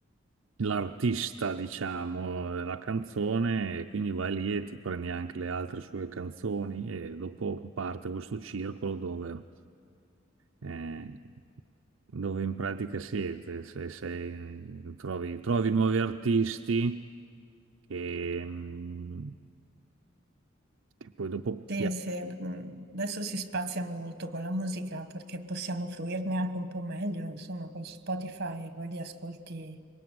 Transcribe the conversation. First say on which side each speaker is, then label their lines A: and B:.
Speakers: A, on the right; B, on the right.
A: l'artista, diciamo, della canzone, e quindi vai lì e ti prendi anche le altre sue canzoni e dopo parte questo circolo dove, eh, dove in pratica siete, se sei, trovi, trovi nuovi artisti che, mh, che poi dopo
B: Sì,
A: piacciono.
B: sì, mm, adesso si spazia molto con la musica perché possiamo fruirne anche un po' meglio, insomma, con Spotify poi li ascolti,